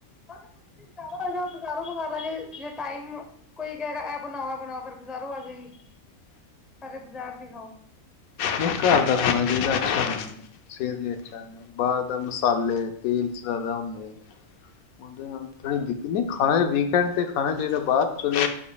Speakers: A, in the centre; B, on the left.
A: ਓਨੂੰ ਤੁਸੀ ਬਾਜ਼ਾਰੋਂ ਮੰਗਾਓ, ਬਜ਼ਾਰੋਂ ਮੰਗਾਲਾਂਗੇ ਜੇ ਟਾਈਮ ਕੋਈ ਕੇਹਗਾ, ਐ ਬਨਾਓ, ਐ ਬਨਾਓ, ਫੇਰ ਬਾਜ਼ਾਰੋਂ ਆ ਜਏਗੀ। ਸਾਰੇ ਬਾਜ਼ਾਰ ਦੀ ਖਾਓ।
B: ਨਈ, ਘਰ ਦਾ ਖਾਨਾ ਚਾਈਦਾ, ਅੱਛਾ, ਰਹਿੰਦੈ। ਸੇਹਤ ਲਈ ਅੱਛਾ ਹੈ। ਬਾਰ ਦਾ ਮਸਾਲੇ, ਤੇਲ ਜਾਦਾ ਹੁੰਦੈ। ਓਦੇ, ਨਾਲ ਤੈਨੂੰ ਦਿਕੱਤ ਨੀ ਖਾਨੇ ਦੀ? ਕੈਹਨ ਤੇ ਖਾਨਾ ਚਾਈਦਾ ਬਾਹਰ, ਚਲੋ